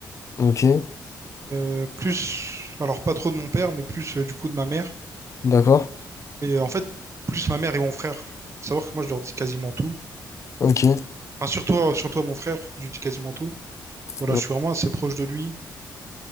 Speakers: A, on the left; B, on the right.
A: Ok,
B: Euh, plus, alors pas trop de mon père, mais plus euh, du coup de ma mère.
A: d'accord?
B: Et euh, en fait, plus ma mère et mon frère. Faut savoir que moi, je leur dis quasiment tout.
A: Ok,
B: Enfin, surtout, à- surtout à mon frère, je lui dis quasiment tout. Voilà,
A: ouais,
B: je suis vraiment assez proche de lui.